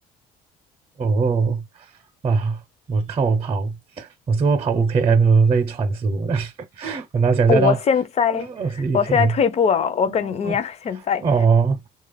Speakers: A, on the right; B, on the left.
A: 哦，哇！我看我跑，我是我跑五 km 累喘死我了，<laughs> 很难想象到呃二十一
B: 我现在我现在退步哦，
A: km，
B: 我跟你一样，
A: 哦
B: 现在。
A: 哦，